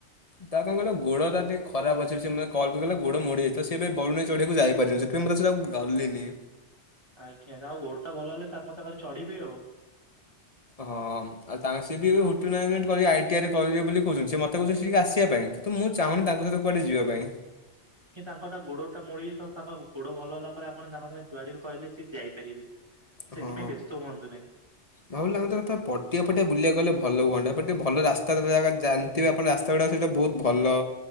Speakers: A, on the left (about 30°); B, on the right (about 20°).
A: ତାର କଣ କହିଲ ଗୋଡ଼ଟା ଟିକେ ଖରାପ ଅଛି ସେ ମତେ କଲ୍ କରିକହିଲା ଗୋଡ ମୋଡିହେଇଛି ତ ସେ ଏବେ ବରୁଣେଇ ଚଢିବାକୁ ଯାଇପାରିବନି। ସେଥିଲାଗି ମୁଁ ତା ସହିତ ଆଉ ଗଲିନି।
B: ଆଜ୍ଞା ତାଙ୍କ ଗୋଡଟା ଭଲ ହେଲେ ତାଙ୍କ ସାଙ୍ଗରେ ଚଢିବେ ଆଉ।
A: ହଁ ଆଉ ତାଙ୍କେ ସିଏ ବି ଏବେ ହୋଟେଲ ମ୍ୟାନେଜମେଣ୍ଟ କରି ଆଇଟିଆର୍ ରେ କରିବେ ବୋଲି କହୁଛନ୍ତି ସେ ମତେ କହୁଛନ୍ତି ସେଠିକି ଆସିବା ପାଇଁ। ମୁଁ ଚାହୁଁନି ତାଙ୍କ ସହିତ କୁଆଡ଼େ ଯିବା ପାଇଁ।
B: କି ତାଙ୍କଟା ଗୋଡଟା ମୋଡି ହେଇଯାଇଛି ତାଙ୍କ ଗୋଡ ଭଲ ହେଲା ପରେ ଆପଣ ତାଙ୍କ ସାଙ୍ଗରେ ଜୁଆଡେ ବି କହିଲେ ସିଏ ଯାଇପାରିବେ। ସେଥିପାଇଁ
A: ହଁ।
B: ବ୍ୟସ୍ତ ହୁଅନ୍ତୁ ନାହିଁ
A: ଭାବିଲି ତାଙ୍କ ଏଥର ପଟିଆ ଫଟିଆ ବୁଲିବାକୁ ଗଲେ ଭଲ ହୁଅନ୍ତା ଏପଟିକେ ଭଲ ରାସ୍ତା ଜାଗା ତେବେ ଆପଣ ରାସ୍ତା ଗୁଡ଼ା ସେଇା ବହୁତ ଭଲ।